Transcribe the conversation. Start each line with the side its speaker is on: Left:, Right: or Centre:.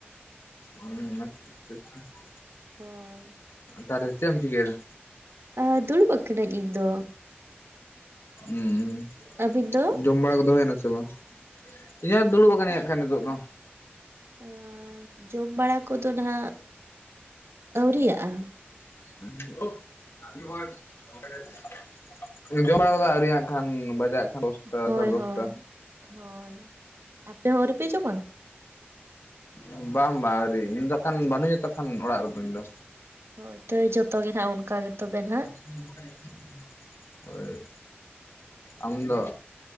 Left: ᱩᱸ ᱟᱪᱪᱷᱟ ᱟᱪᱪᱷᱟ ᱟᱪᱪᱷᱟ <unintelligible>
Right: ᱦᱳᱭ
Left: ᱛᱟᱨᱮ ᱪᱮᱫ ᱮᱢ ᱪᱤᱠᱟᱹᱭ ᱫᱟ
Right: ᱟ ᱫᱩᱲᱩᱵ ᱟᱹᱠᱟᱹᱱᱟᱹᱧ ᱤᱧ ᱫᱚ
Left: ᱩᱸ
Right: ᱟᱹᱵᱤᱱ ᱫᱚ
Left: ᱡᱚᱢ ᱵᱟᱲᱟ ᱠᱚ ᱫᱚ ᱦᱩᱭ ᱱᱟ ᱥᱮ ᱵᱟᱝ ᱤᱧᱟᱹᱜ ᱫᱩᱲᱩᱵ ᱟᱠᱟᱱ ᱤᱧ ᱟᱠᱷᱟᱱ ᱱᱤᱛᱚᱜ ᱫᱚ
Right: ᱩᱸ ᱡᱚᱢ ᱵᱟᱲᱟ ᱠᱚᱫᱚ ᱱᱷᱟᱜ ᱟᱹᱣᱨᱤᱭᱟᱜᱼᱟ
Left: <unintelligible> ᱡᱚᱢ ᱵᱲᱟ ᱟᱹᱣᱨᱤᱟᱜ ᱠᱷᱟᱱ ᱵᱟᱡᱟᱜ ᱠᱷᱟᱱ ᱫᱚᱥᱴᱟ
Right: ᱦᱳᱭ
Left: ᱥᱟᱲᱮ ᱫᱚᱥᱴᱟ
Right: ᱦᱳᱭ ᱦᱳᱭ ᱟᱯᱮ ᱦᱚᱸ ᱟᱣᱨᱤ ᱯᱮ ᱡᱚᱢᱟ
Left: ᱚ ᱵᱟᱝ ᱵᱟᱝ ᱟᱹᱣᱨᱤ ᱤᱧ ᱫᱚ ᱦᱟᱸᱜ ᱠᱷᱟᱱ ᱵᱟᱹᱱᱩᱧᱟ ᱛᱚ ᱠᱷᱟᱱ ᱚᱲᱟᱜ ᱨᱮᱫᱚ ᱤᱧ ᱫᱚ
Right: ᱦᱳᱭ ᱛᱚ ᱡᱚᱛᱚ ᱜᱮ ᱱᱷᱟᱜ ᱚᱱᱠᱟ ᱜᱮ ᱛᱚᱵᱮ ᱱᱷᱟᱜ
Left: ᱦ <inaudible> <unintelligible> ᱦᱳᱭ ᱟᱢ ᱫᱚ